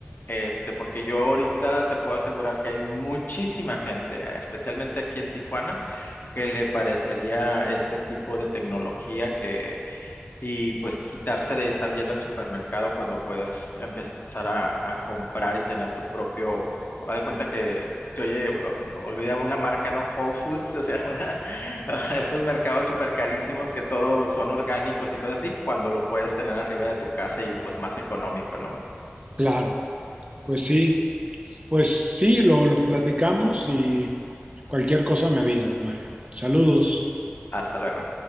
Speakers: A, on the left; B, on the right.
A: Este, porque yo ahorita te puedo asegurar que hay muchísima gente, eh, especialmente aquí en Tijuana, que le parecería este tipo de tecnología que y pues quitarse de estar yendo al supermercado cuando puedes empezar a, a comprar y tener tu propio, haz de cuenta que se oye, o- olvidaba una marca, ¿no? Whole Foods, <laughs> o sea, una, <laughs> esos mercados súper carísimos que todos son orgánicos y cosas así, cuando lo puedes tener arriba de tu casa y pues más económico, ¿no?
B: claro. Pues sí, pues sí, lo, lo platicamos y cualquier cosa me avisas, Mario. Saludos.
A: Hasta luego.